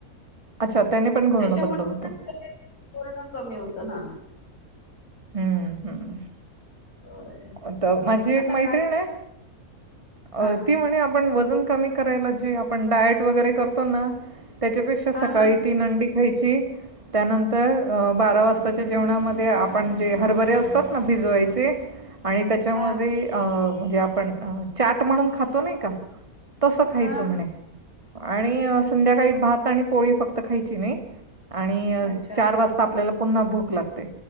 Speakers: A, on the right; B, on the left.
A: अच्छा त्याने पण घोरणं
B: त्याच्यामुळे
A: बंद होतं,
B: पण ते पूर्ण कमी होतं हा,
A: हम्म हम्म
B: होय
A: तर माझी एक
B: आता
A: मैत्रीण
B: काय
A: आहे, अ
B: हा
A: ती म्हणे आपण वजन कमी करायला जे आपण डायट वगैरे करतो ना, त्याच्यापेक्षा
B: हा
A: सकाळी
B: हा
A: तीन अंडी खायची, त्यानंतर बारा वाजताच्या जेवणामध्ये आपण जे हरभरे असतात ना भिजवायचे, आणि त्याच्यामध्ये
B: हा
A: आ म्हणजे आपण अ चाट म्हणून खातो नाही का, तसं खायचं
B: हा
A: म्हणे आणि संध्याकाळी भात आणि पोळी फक्त खायची नाही, आणि
B: अच्छा
A: चार वाजता आपल्याला पुन्हा भूक लागते,